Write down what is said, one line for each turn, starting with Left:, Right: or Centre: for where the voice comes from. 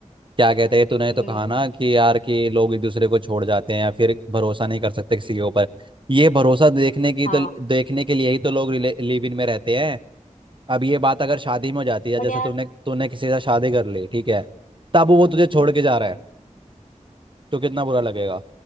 Right: क्या कहते हैं तूने
Left: हम्म
Right: तो कहा ना कि यार कि लोग एक दूसरे को छोड़ जाते हैं या फिर भरोसा नहीं कर सकते किसी के ऊपर ये भरोसा देखने की
Left: हाँ
Right: तो देखने के लिए ही तो लोग लिव इन में रहते हैं अब ये बात अगर शादी में हो जाती है
Left: बट
Right: जैसे
Left: यार
Right: तूने तूने किसी से शादी कर ली ठीक है तब वो तुझे छोड़
Left: हम्म
Right: के जा
Left: हम्म
Right: रहा है तो कितना
Left: हम्म,
Right: बुरा
Left: हम्म।
Right: लगेगा